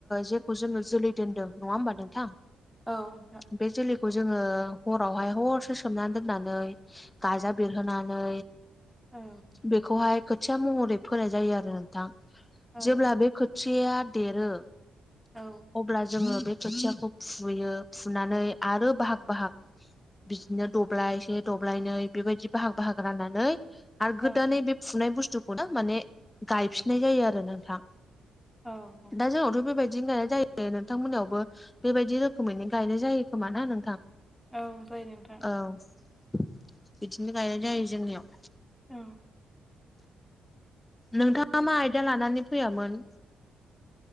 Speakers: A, on the left; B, in the centre.
A: जेखौ जोङो जोलै दोनदों नंङा होमबा नोंथां
B: औ नोंथां
A: बे जोलैखौ जोंङो हरावहाय हरसो सोमनानै दोननानै गाजा बेरहोनानै
B: औ
A: बेखौहाय खोथिया महरै फोनाय जायो आरो नोंथां
B: औ
A: जेब्ला बे खोथिया देरो
B: औ
A: अब्ला जोंङो बे खोथियाखौ फुयो फुनानै आरो बाहाग बाहाग बिदिनो दब्लायसे दब्लायनै बेबायदि बाहाग बाहाग राननानै आरो
B: औ
A: गोदानै बे फुनाय बुस्थुखौनो माने गायफिननाय जायो आरो नोंथां
B: औ-औ
A: दा जोंनावथ' बेबायदिनो गनायनाय जायो नोंथांमोननियावबो बेबायदि रोखोमैनो गायनाय जायो खोमा ना नोंथां
B: औ जायो नोंथां
A: औ बिदिनो गायनाय जायो जोंनियाव
B: औ
A: नोंथांङा मा आयदा लानानै फैयामोन